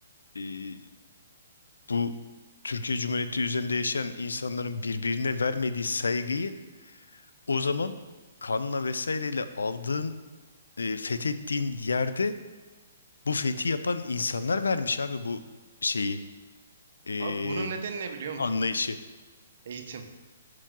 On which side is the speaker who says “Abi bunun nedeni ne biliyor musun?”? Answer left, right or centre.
Right